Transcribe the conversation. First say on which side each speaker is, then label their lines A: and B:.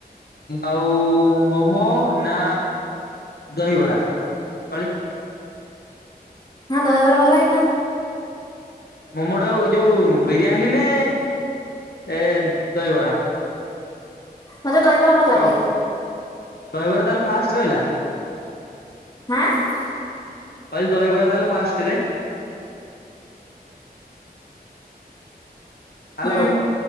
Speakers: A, on the left (about 70°); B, on the left (about 25°).
A: ଆଉ ମୋମୋ ନା ଦହିବରା କଅନି।
B: ହଁ ଦହିବାର ଭଲ ଲାଗେ ନା ‌।
A: ମୋମୋ ଟା କୁ ଯୋଉ ବିରିୟାନୀ ନେ ଏ ଦହିବରା।
B: ମତେ ଦହିବରା ଭଲ ଲାଗେ।
A: କହ ଦହିବରା ତାହେଲେ ଫାଷ୍ଟ ରହିଲା
B: ହାଁ।
A: କହିଲୁ ଦହିବରା ତାହେଲେ ଫାଷ୍ଟ ରେ। ହ୍ୟାଲୋ
B: ହୁଁ